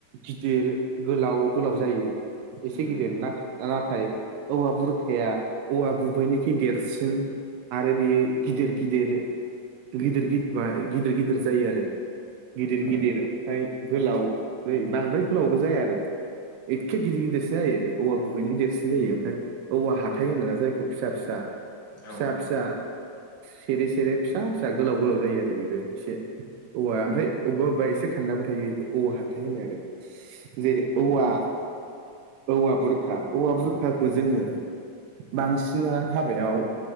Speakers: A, on the right; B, on the left.
A: गिदिर गोलाव गोलाव जायो एसे
B: उम
A: गिदिर नाथा नाथाय औवा बुरखाया औवा गुबैनिखै देरसिन आरो बियो गिदिर गिदिर गिदिर गिदिर गिदिर गिदिर जायो आरो गिदिर
B: उम
A: गिदिर ओमफ्राय गोलाव रै बांद्राय गोलावबो जाया आरो एखे गिदिर गिदिरसो जायो आरो औवा गुबै गिदिरसो जायो ओमफ्राय औवा हाथाइ होनोना जायखौ फिसा फिसा
B: औ
A: फिसा फिसा सेरे सेरे फिसा फिसा गोलाव गोलाव जायो आरो बेबो एसे औवा ओमफ्राय अबेबा अबेबा एसे खान्दाबो थायो बेखौ औवा हाथायबो होनो आरो जेरै औवा औवा बुरखा औवा बुरखाखौ जोङो बांसिना हाबायाव